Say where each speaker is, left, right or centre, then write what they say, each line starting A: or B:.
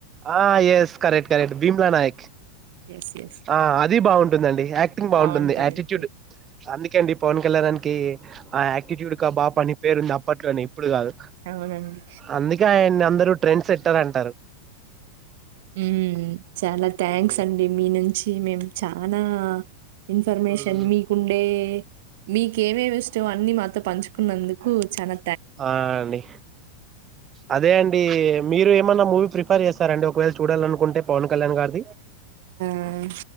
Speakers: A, on the right (about 25°); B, on the right (about 50°).
A: ఆ yes correct correct Bheemla Nayak
B: yes yes
A: ఆ అది బావుంటుందండి. యాక్టింగ్ బావుంటుంది.
B: బాగుంటదండి
A: ఆటిట్యూడ్ అందుకెండి పవన్ కళ్యాణ్ అన్ కి ఆ యాక్టిట్యూడ్ క బా పని పేరుంది అప్పట్లోని ఇప్పుడు కాదు
B: అవునండి
A: అందుకే ఆయన్ని అందరూ ట్రెండ్ సెట్టర్ అంటారు.
B: ఉమ్ చాలా థ్యాంక్స్
A: ఉమ్,
B: అండి మీ నుంచి మేం చనా ఇన్ఫర్మేషన్
A: ఉమ్,
B: మీకుండే మీకేమేమిష్టమో అన్ని మాతో పంచుకున్నందుకు చానా
A: ఆ అండి అదే అండి మీరు ఏమన్నా మూవీ ప్రిఫర్ చేస్తారండి. ఒకవేళ చూడాలనుకుంటే పవన్ కళ్యాణ్ గారిది చూడ
B: ఉమ్